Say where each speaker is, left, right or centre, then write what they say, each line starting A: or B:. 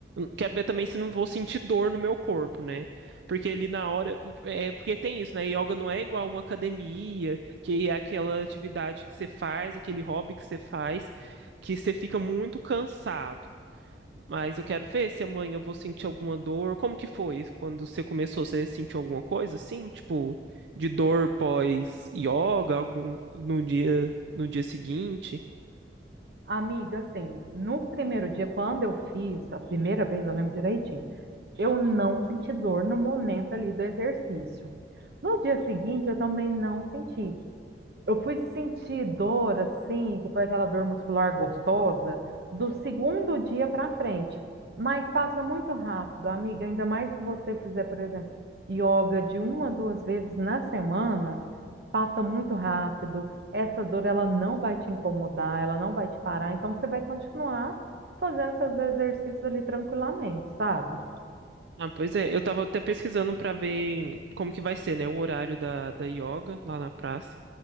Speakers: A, on the right (about 80°); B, on the right (about 65°).
A: Quero ver também se não vou sentir dor no meu corpo, né? Porque ali na hora. É, porque tem isso, né? Yoga não é igual uma academia, que é aquela atividade que você faz, aquele hobby que você faz, que você fica muito cansado. Mas eu quero ver se amanhã eu vou sentir alguma dor. Como que foi quando você começou? Você sentiu alguma coisa assim, tipo, de dor pós-yoga, algum no dia no dia seguinte?
B: Amiga, assim, no primeiro dia, quando eu fiz, a primeira vez, eu lembro direitinho, eu não senti dor no momento ali do exercício. No dia seguinte, eu também não senti. Eu fui sentir dor, assim, que foi aquela dor muscular gostosa, do segundo dia para frente. Mas passa muito rápido, amiga. Ainda mais se você fizer, por exemplo, yoga de uma, a duas vezes na semana, passa muito rápido. Essa dor, ela não vai te incomodar, ela não vai te parar. Então, você vai continuar fazendo seus exercícios ali tranquilamente, sabe?
A: Ah, pois é, eu tava até pesquisando pra ver como que vai ser, né, o horário da, da yoga lá na praça.